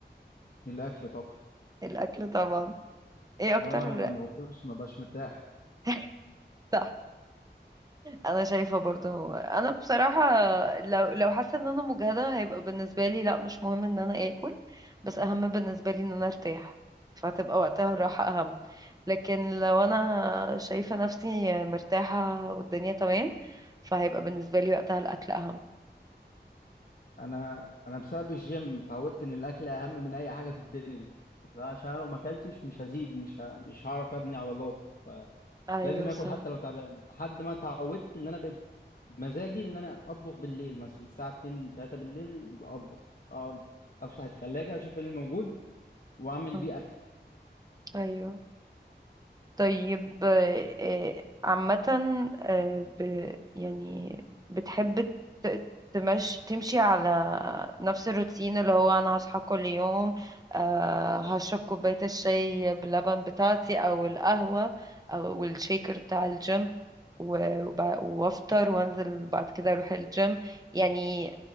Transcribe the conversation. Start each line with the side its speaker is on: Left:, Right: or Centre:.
Left: الاكل طبعا
Right: الأكل طبعا ايه أكتر
Left: اه انا لو ما باكلش ما بقاش مرتاح
Right: <laughs> صح أنا شايفة برضو أنا بصراحة لو لو حاسة إن أنا مجهدة هيبقى بالنسبة لي لأ مش مهم إن أنا آكل بس أهم بالنسبة لي إن أنا أرتاح فهتبقى وقتها الراحة أهم لكن لو أنا شايفة نفسي مرتاحة والدنيا تمام فهيبقى بالنسبة لي وقتها الأكل أهم
Left: انا انا بسبب الجيم اتعودت ان الاكل اهم من اي حاجه في الدنيا لا عشان أنا لو ما اكلتش مش هزيد مش ه... مش هعرف ابني عضلات
Right: أيوة
Left: لازم اكل
Right: صح
Left: حتى لو تعبان لحد ما اتعودت ان انا بقيت مزاجي ان انا اطبخ بالليل مثلا الساعه 2 3 بالليل اطبخ اقعد افتح الثلاجه اشوف ايه اللي موجود واعمل
Right: م.
Left: بيه اكل
Right: أيوة طيب آه، آه، عامة آه، ب- يعني بتحب ت- تمش تمشي على نفس الروتين اللي هو أنا هصحى كل يوم آه، هشرب كوباية الشاي باللبن بتاعتي أو القهوة أو الشيكر بتاع الجيم و- وب- وأفطر وأنزل بعد كده أروح الجيم يعني